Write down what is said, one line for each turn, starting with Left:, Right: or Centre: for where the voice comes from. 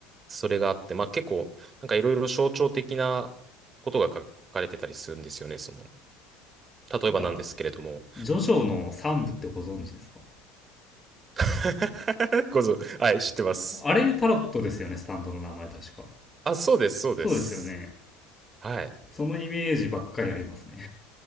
Right: それがあって、まあ結構、なんかいろいろ象徴的なことが書かれてたりするんですよね。その、例えばなんですけれども。
Left: なんかジョジョの3部ってご存知ですか
Right: <laughs> ごぞ、はい、知ってます。
Left: あれタロットですよねスタンドの名前確か
Right: あ、そうです、そうです。
Left: そうですよね
Right: はい。
Left: そのイメージばっかりありますね